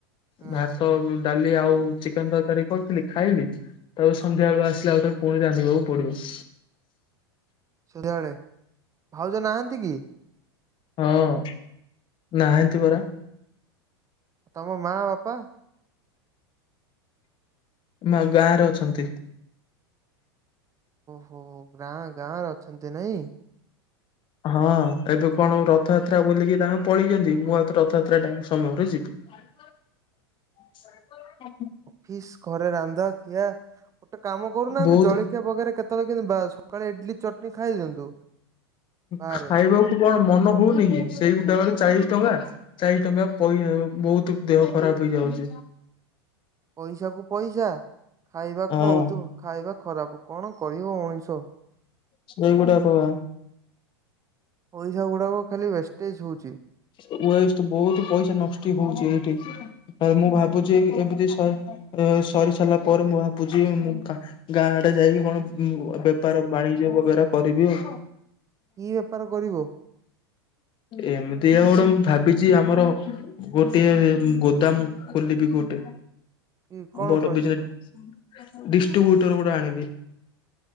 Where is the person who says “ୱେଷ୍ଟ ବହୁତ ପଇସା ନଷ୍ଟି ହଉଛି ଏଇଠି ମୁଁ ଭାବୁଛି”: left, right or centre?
Left